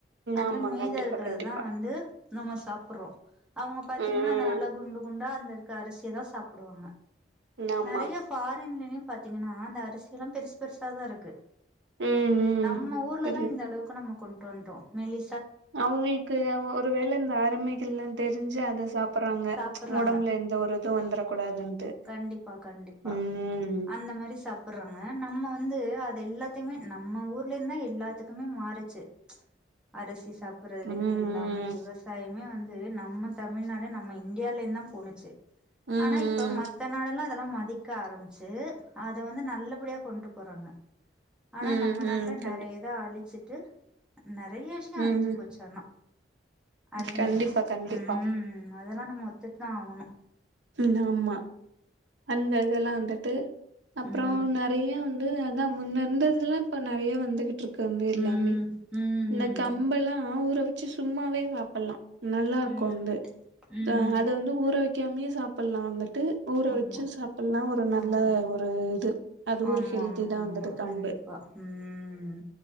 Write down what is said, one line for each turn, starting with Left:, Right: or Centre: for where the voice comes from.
Centre: அந்த
Right: ஆமா
Centre: மீத
Right: கண்டிப்பா
Centre: இருக்கிறதுதா
Right: கண்டிப்பா
Centre: வந்து நம்ம சாப்பிடு சாப்புறோ அவுங்க பாத்தீங்கன்னா
Right: ம்
Centre: அந்த நல்ல குண்டு குண்டா அந்த இரு குண்டு அரிசிய தா சாப்டுவாங்க
Right: ஆமா
Centre: நெறய ஃபாரின்லி பாத்தீங்கனா அந்த அரிசியெல்லா பெருசு பெருசாதா இருக்கு
Right: ம் ம்
Centre: நம்ம ஊர்லதா
Right: சரி
Centre: இந்த அளவுக்கு நம்மக்குன் ட்டு வன்ட்டோ மெலி
Right: அவுங்களுக்கு ஒருவேல இந்த அருமைகள்லா தெருஞ்சு அத சாப்புர்றாங்க
Centre: சாப்புட்றாங்க
Right: ஒடம்புல எந்த ஒரு இதுவு வந்துர கூடாதுன்ட்டு
Centre: கண்டிப்பா கண்டிப்பா
Right: ம்
Centre: அந்த மாரி சாப்புட்றாங்க நம்ம வந்து அது எல்லா துமே நம்ம ஊர்ல இந்தா எல்லாத்துக்குமே மாறுச்சு அரிசி சாப்புறதுலெந்து
Right: ம்
Centre: எல்லாமே விவசாயமே வந்து நம்ம தமிழ்நாடு நம்ம இந்தியாலெந்தா போனுச்சு
Right: ம்
Centre: ஆனா இப்ப மத்த நாடெல்லா அதெல்லா மதி க்க ஆரமிச்சு அத வந்து நல்லபடியா கொண்ட்டு போறாங்க ஆனா
Right: ம்
Centre: நம்ம
Right: ம்
Centre: நாட்ல
Right: கண்டி
Centre: நெறையத அழிச்சு ட்டு நெறைய விஷ்யொ
Right: ம்
Centre: அழிஞ்சு போச்சு ஆனா அழிஞ்சிருச்சு
Right: கண்டிப்பா கண்டிப்பா
Centre: ம் அதெல்லா நம்ம ஒத்துட்டு தா ஆகனு
Right: நாமா அந்ததுல்லா அந்த ட்டு அப்றோ
Centre: ம்
Right: நெறைய வ ந்து அதா முன்ன இருந்ததல்லா இப்ப நெறைய வந்துகிட்ரு க்குங்க
Centre: ம்
Right: எல்லாமே
Centre: ம்
Right: இந்த கம்பல்லா ஊ ற வச்சு சும்மாவே சாப்புல்லா நல்லாருக்கு
Centre: ம்
Right: வந்து
Centre: ம்
Right: த அத வந்து ஊற வை க்காமயே சாப்புல்லா அந்த ட்டு ஊற
Centre: ஆமா
Right: வ ச்சு சாப்புல்லா ஒரு நல்ல
Centre: ஆமா
Right: ஒரு இது அது
Centre: ஆமா
Right: ஒரு ஹெல்தி
Centre: ஆமா
Right: தா
Centre: ஆமா
Right: வந்துட்டு கம்பு
Centre: கண்டிப்பா ம்